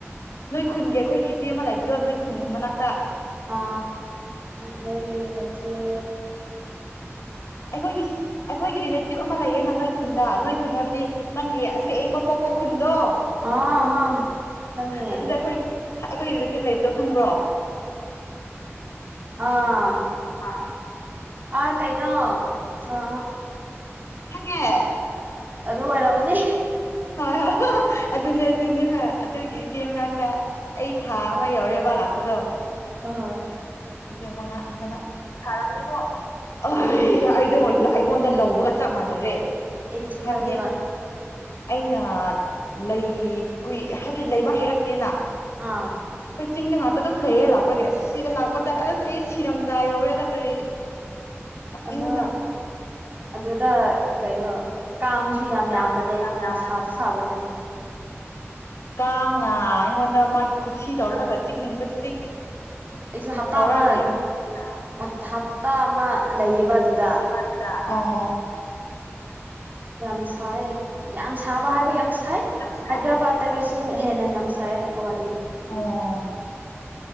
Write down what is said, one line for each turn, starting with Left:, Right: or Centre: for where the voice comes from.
Left: ꯅꯣꯏ ꯈꯨꯟꯒꯤ ꯑꯩꯈꯣꯏꯒꯤ ꯏꯆꯦ ꯑꯃ ꯂꯩꯕꯗꯣ ꯅꯣꯏ ꯈꯨꯟ ꯃꯅꯥꯛꯇ
Right: ꯑ ꯂꯩꯅꯆꯦ
Left: ꯑꯩꯈꯣꯏꯒꯤ ꯑꯩꯈꯣꯏꯒꯤꯔꯤꯂꯦ ꯇꯤꯞ ꯑꯃ ꯂꯩꯌꯦꯅ ꯅꯣꯏ ꯈꯨꯟꯗ ꯅꯣꯏ ꯈꯨꯟ ꯍꯥꯏꯕꯗꯤ ꯅꯪꯒꯤ ꯑꯁꯦꯡꯕ ꯄꯣꯛꯄ ꯈꯨꯟꯗꯣ
Right: ꯑꯥ ꯍꯥ ꯈꯪꯉꯦ
Left: ꯑꯗꯨꯗ ꯑꯩꯈꯣꯏꯒꯤ ꯀꯩ ꯔꯤꯂꯦꯇꯤꯚ ꯂꯩꯕꯗꯣ ꯈꯪꯕ꯭ꯔꯣ
Right: ꯑꯥ
Left: ꯑꯥ
Right: ꯑ ꯀꯩꯅꯣ ꯑ ꯑ
Left: ꯍꯉ
Right: ꯑꯗ ꯑꯣꯏꯔꯕꯅꯤ
Left: ꯍꯣꯏ ꯑꯗꯨꯅꯦ ꯑꯗꯨꯅꯦ ꯍ ꯑꯗꯨꯒꯤ ꯏꯆꯦ ꯃꯅꯥꯛꯇ ꯑꯩ ꯊꯥ ꯑꯃ ꯌꯧꯔꯦ ꯂꯥꯛꯀꯗꯣ
Right: ꯑ
Left: ꯑꯗꯨ ꯃꯉꯥ ꯊꯔꯝꯕꯣ ꯑ ꯑꯩꯗꯣ ꯑꯩꯉꯣꯟꯗ ꯂꯧꯕꯒ ꯆꯞ ꯃꯥꯟꯅꯔꯦ
Right: ꯑꯩ ꯆꯨ
Left: ꯍꯥꯏꯕꯗꯤ
Right: ꯀꯉꯦꯕ
Left: ꯑꯩꯅ ꯂꯩ ꯀꯨꯏ ꯍꯥꯏꯕꯗꯤ ꯂꯩꯕ ꯍꯩꯔꯛꯇꯦꯅ
Right: ꯑꯥ
Left: ꯑꯩꯈꯣꯏ ꯆꯤꯡꯗ ꯉꯥꯛꯇ ꯑꯗꯨꯝ ꯂꯩꯔꯦ ꯂꯥꯛꯄꯒꯤꯦ ꯑꯁ ꯁꯤꯗ ꯂꯥꯛꯄꯗ ꯑꯁ ꯑꯩ ꯁꯤꯔꯝꯗꯥ ꯌꯧꯔꯦꯗ ꯀꯔꯤ ꯁꯥꯃꯟꯗꯅ
Right: ꯑꯗꯣ ꯑꯗꯨꯗ ꯀꯩꯅꯣ
Left: ꯀꯩꯅꯣ
Right: ꯀꯥꯡꯁꯨ ꯌꯥꯝ
Left: ꯀꯥꯡꯁꯨ
Right: ꯌꯥꯝꯕꯅꯦ ꯌꯥꯝ
Left: ꯌꯥꯝꯕꯅꯦ
Right: ꯁꯥꯁꯨ ꯁꯥꯕꯅꯦ
Left: ꯀꯥꯡꯅ ꯑꯩꯉꯣꯟꯗ ꯃꯥꯒꯤ ꯈꯨꯁꯤ ꯇꯧꯔꯒ ꯆꯤꯛꯅꯤꯡꯕ ꯆꯤꯛ
Right: ꯑꯩꯁꯨ ꯍꯞꯇꯥ
Left: ꯇꯧꯔ
Right: ꯑꯃ
Left: ꯂꯩꯕꯅꯤ ꯑ
Right: ꯍꯞꯇꯥ ꯑꯃ ꯂꯩꯌꯦꯕ ꯑꯗꯨꯗ
Left: ꯂꯩꯌꯦꯕ ꯑꯗꯨꯗ ꯑꯣ
Right: ꯌꯥꯝ ꯁꯥꯏ ꯌꯥꯝ ꯁꯥꯕ ꯍꯥꯏꯕ
Left: ꯍꯣꯏ
Right: ꯌꯥꯝ ꯁꯥꯏ
Left: ꯌꯥꯝ ꯁꯥꯏ
Right: ꯍꯥꯏꯗ꯭ꯔꯕꯥꯠꯇꯒꯤꯁꯨ
Left: ꯑꯁ
Right: ꯍꯦꯟꯅ ꯌꯥꯝ ꯁꯥꯏ ꯍꯥꯏꯕ ꯋꯥ
Left: ꯑꯣ